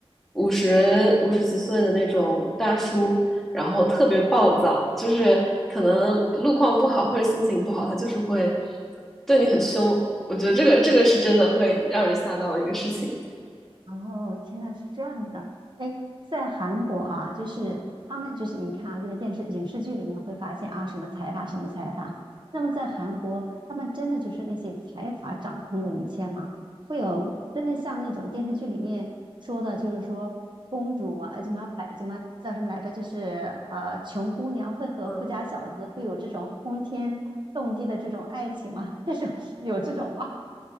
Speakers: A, in the centre; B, on the right (about 50°).
A: 五十五十几岁的那种大叔，然后特别暴躁，就是可能路况不好或者心情不好，他就是会对你很凶。我觉得这个这个是真的会让人吓到的一个事情。
B: 哦，天呐，是这样的。哎，在韩国啊，就是他们就是你看啊，这个电视影视剧里面会发现啊，什么财阀，什么财阀。那么在韩国，他们真的就是那些财阀掌控着一切吗？会有真的像那种电视剧里面说的，就是说公主啊，呃怎么摆，怎么叫什么来着？就是呃，穷姑娘会和富家小子会有这种轰天动地的这种爱情吗？
A: 嗯
B: <laughs> 这种有这种吗？